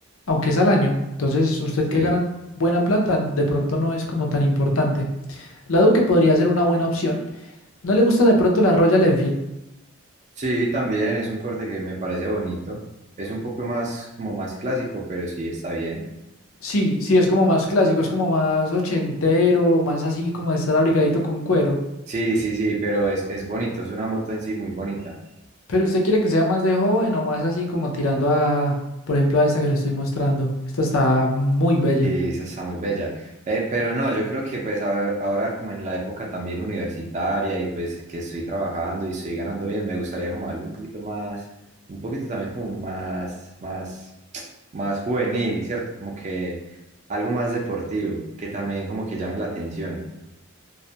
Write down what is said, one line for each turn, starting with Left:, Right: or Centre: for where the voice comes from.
Left: aunque es al año. Entonces, usted
Right: sí.
Left: que gana buena plata, de pronto no es como tan importante. La Duke podría ser una buena opción. ¿No le gusta de pronto la Royal Enfield?
Right: Sí, también es un corte que me parece bonito. Es un poco más, como más clásico, pero sí está bien.
Left: Sí, sí, es como más clásico, es como más ochentero, más así como de estar abrigadito con cuero.
Right: Sí, sí, sí, pero es, es bonito, es una moto en sí muy bonita.
Left: Pero usted quiere que sea más de joven o más así como tirando a, por ejemplo, a esta que le estoy mostrando. Esta está muy bella.
Right: Sí, esa está muy bella. Eh, pero no, yo creo que pues a- ahora como en la época también universitaria y pues que estoy trabajando y estoy ganando bien, me gustaría como algo un poquito más, un poquito también como más, más, <tsk> más juvenil, ¿cierto? Como que algo más deportivo, que también como que llame la atención.